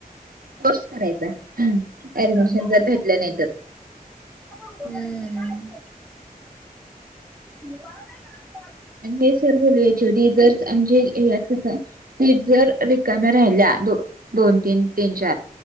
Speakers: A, on the right (about 70°); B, in the centre.
A: कोर्स करायचा हा ऍडमिशन
B: हम्म हम्म.
A: जर भेटल नाही तर.
B: हम्म. <unintelligible>
A: आणि हे सर बोलले एच ओ डी जर आमचे ह्यात कस सीट जर रिकम्या राहिल्या दो दोन तीन तीन चार